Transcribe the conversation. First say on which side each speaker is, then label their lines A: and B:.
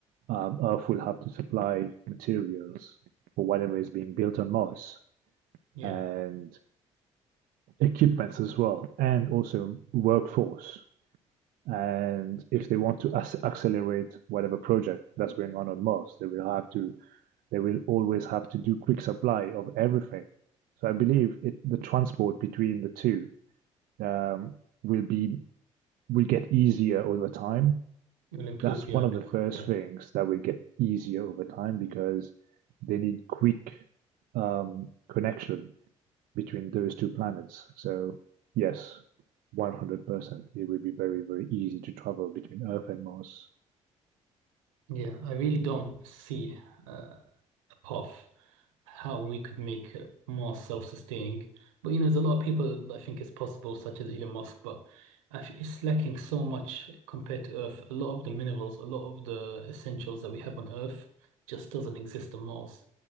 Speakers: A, on the right; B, on the right.
A: um, Earth will have to supply materials for whatever is being built on Mars
B: Yeah,
A: and equipments as well, and also workforce. and if they want to ac- accelerate whatever project that's going on on Mars, they will have to they will always have to do quick supply of everything. So I believe it, the transport between the two um, will be will get easier over time.
B: it will improve.
A: That's
B: Yeah,
A: one
B: bec-
A: of the first
B: yeah,
A: things that will get easier over time because they need quick um, connection between those two planets. So yes, 100%. It would be very, very easy to travel between Earth and Mars.
B: yeah. I really don't see uh, a path. how we could make it more self-sustaining. But you know, there's a lot of people that think it's possible, such as Elon Musk, but actually it's lacking so much compared to Earth. A lot of the minerals, a lot of the essentials that we have on Earth just doesn't exist on Mars.